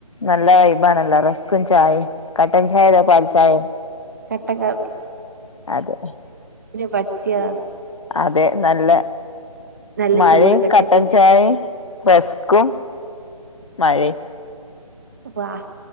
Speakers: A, on the left; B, on the right.
A: നല്ല വൈബാണല്ലോ റസ്ക്കും ചായയും കട്ടൻ ചായ അല്ല പാൽ ചായ
B: കട്ടങ്കാപ്പി
A: അതെ
B: പറ്റിയതാണ്
A: അതെ നല്ല
B: നല്ല
A: മഴയും
B: ചൂട്
A: കട്ടൻ
B: കാപ്പി
A: ചായയും റസ്ക്കും മഴയും
B: വാ